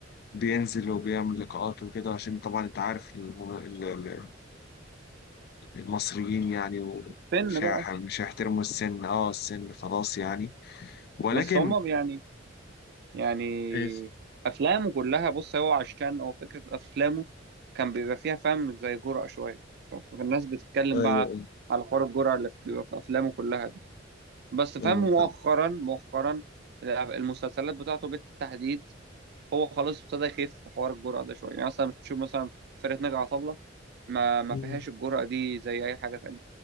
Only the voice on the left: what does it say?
بينزل وبيعمل لقاءات وكده عشان طبعا انت عارف المم... ال- ال- المصريين يعني و...
مش
هيح- مش هيحترموا السن اه السن خلاص يعني ولكن
ايوه
ايوه
ايوه
مم.